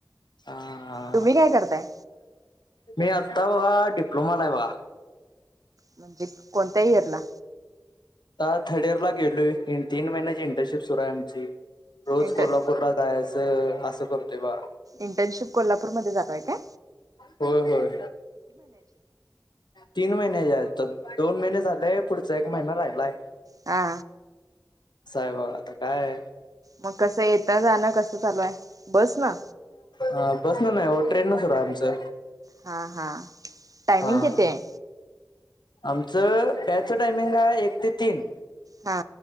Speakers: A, on the left; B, on the right.
A: हा हा.
B: तुम्ही काय करताय
A: मी आता बघा डिप्लोमाला आहे बघा.
B: म्हणजे कोणत्या इयर ला.
A: आ थर्ड इयर ला गेलोय तीन महिन्याची इंटर्नशिप सुरू आहे आमची रोज
B: इंटर
A: कोल्हापूरला जायचं असं करतोय बगा
B: इंटर्नशिप कोल्हापूरमध्ये जाताय का?
A: होय होय तीन महिन्याची आहे आता दोन महिने झालेय पुढचा एक महिना राहिलाय
B: हा
A: अस हाय बघा आता काय
B: मग कसं येतं जाणं कसं चालू आहे बस ना
A: हा बस न नाही हो ट्रेन न सुरू आहे आमचं
B: हा हा टायमिंग
A: हा
B: कीती हाय?
A: आमचं बॅचच टायमिंग हाय एक ते तीन
B: हा